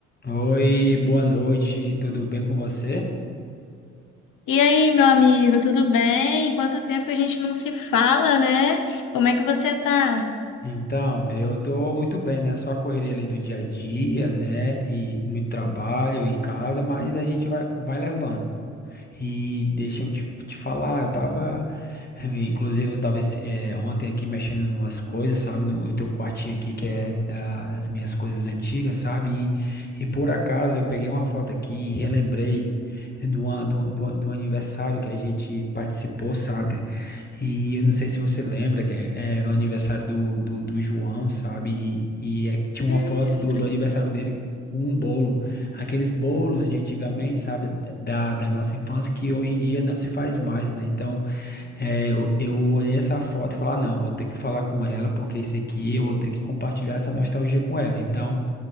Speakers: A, on the left; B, on the left.
A: Oi, boa noite, tudo bem com você?
B: E aí, meu amigo, tudo bem? Quanto tempo que a gente não se fala, né? Como é que você tá?
A: Então, eu tô muito bem, né? Só a correria ali do dia a dia, né? E no trabalho e casa, mas a gente vai, vai levando. E deixa eu te, te falar, eu tava, <laughs> eh, inclusive eu tava esse- eh, ontem aqui mexendo em umas coisas, sabe? No- Eu tenho um quartinho aqui que é da- das minhas coisas antigas, sabe? E, e por acaso eu peguei uma foto aqui e relembrei do, an- do, do, do aniversário que a gente participou, sabe? E eu não sei se você lembra, que eh, era o aniversário do, do, do João, sabe? E, e é- tinha uma
B: Hum,
A: foto do, do aniversário dele com um bolo aqueles bolos de antigamente, sabe, da, da nossa infância, que hoje em dia não se faz mais, né? Então, é, eu, eu olhei essa foto e falei, ah, não, vou ter que falar com ela, porque esse aqui eu vou ter que compartilhar essa nostalgia com ela. Então,